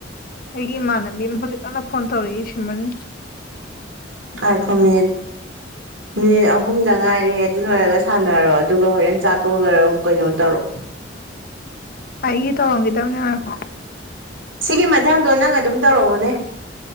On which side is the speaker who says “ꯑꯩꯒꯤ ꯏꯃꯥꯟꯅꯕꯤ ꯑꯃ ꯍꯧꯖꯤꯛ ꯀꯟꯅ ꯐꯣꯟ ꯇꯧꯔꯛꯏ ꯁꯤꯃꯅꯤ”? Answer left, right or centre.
Left